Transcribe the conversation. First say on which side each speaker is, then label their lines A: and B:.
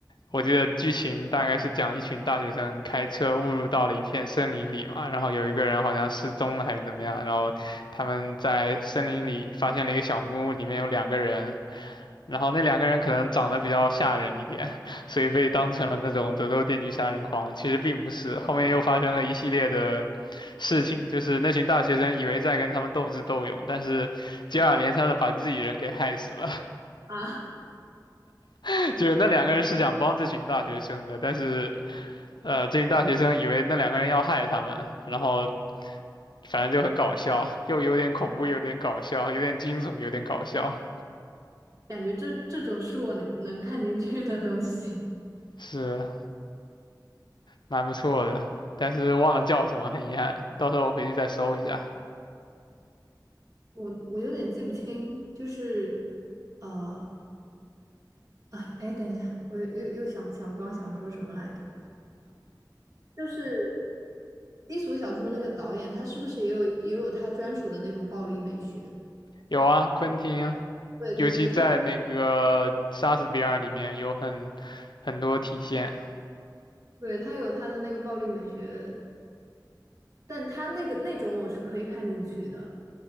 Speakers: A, on the left (about 80°); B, on the right (about 50°).
A: 我记得剧情大概是讲一群大学生开车误入到了一片森林里嘛，然后有一个人好像失踪了还是怎么样，然后他们在森林里发现了一个小木屋，里面有两个人，然后那两个人可能长得比较吓人一点，<laughs> 所以被当成了那种德州电锯杀人狂。其实并不是，后面又发生了一系列的事情，就是那群大学生以为在跟他们斗智斗勇，但是接二连三的把自己人给害死了。
B: <laughs> 啊，
A: <laughs> 就是那两个人是想帮这群大学生的，但是呃，这群大学生以为那两个人要害他们，然后反正就很搞笑，又有点恐怖，有点搞笑，有点惊悚，有点搞笑。
B: 感觉这这种是我能能看进去的东西。
A: 是，蛮不错的，但是忘了叫什么，很遗憾，到时候我回去再搜一下。
B: 我我有点记不清，就是呃，哎哎，等一下，我又又想不起来我刚刚想说什么来着。就是低俗小说那个导演，他是不是也有也有他专属的那种暴力美学？
A: 有啊，昆汀，
B: 对对对，
A: 尤其在那个《杀死比尔》里面有很很多体现。
B: 他对他有他的那个暴力美学，但他那个那种我是可以看进去的。